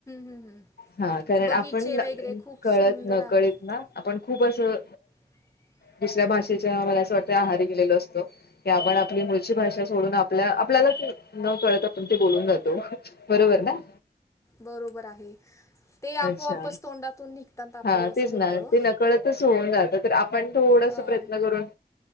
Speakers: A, on the left; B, on the left.
A: हम्म हम्म
B: हा कारण
A: बगीचे
B: आपण
A: वगैरे खूप
B: कळत
A: सुंदर
B: नकळत
A: आहेत.
B: ना आपण खूप असं
A: <inaudible>
B: दुसऱ्या भाषेच्या मला असं वाटतं आहारी गेलेलो असतो, की आपण आपली मुळची भाषा सोडून आपल्या आपल्याला न कळत आपण ते बोलून जातो, बरोबर ना.
A: बरोबर आहे. ते आपोआपच
B: अच्छा
A: तोंडातून निघतात आपली
B: हा
A: असं
B: तेच
A: होतं.
B: ना ते नकळतच होऊन जात तर आपण थोडस
A: अं
B: प्रयत्न करून